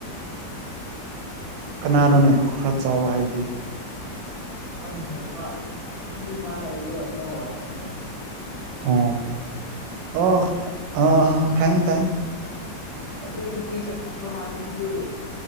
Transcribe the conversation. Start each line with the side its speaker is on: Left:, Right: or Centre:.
Right: ꯀꯅꯥꯅꯣꯅꯦ ꯈꯔ ꯈꯔ ꯆꯥꯎꯕ ꯍꯥꯏꯗꯤ
Left: ꯑ ꯃꯨ ꯋꯥ ꯃꯥ ꯂꯩꯗ ꯑꯈꯂ ꯋꯥꯅꯒ
Right: ꯑꯣ ꯑꯣ ꯑ ꯈꯥꯏ ꯈꯥꯏ
Left: ꯑꯗꯨꯗ ꯅꯨ ꯄꯁ ꯃꯥꯗꯤ